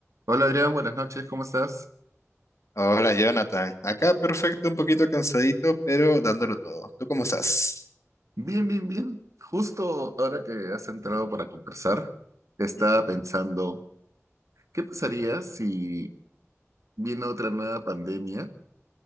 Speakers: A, on the right; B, on the left.
A: Hola Adrián, buenas noches, ¿cómo estás?
B: Hola Jonathan, acá perfecto, un poquito cansadito, pero dándolo todo. ¿Tú cómo estás?
A: Bien, bien, bien. Justo ahora que has entrado para conversar, estaba
B: Ujú.
A: pensando, ¿qué pasaría si viene otra nueva pandemia,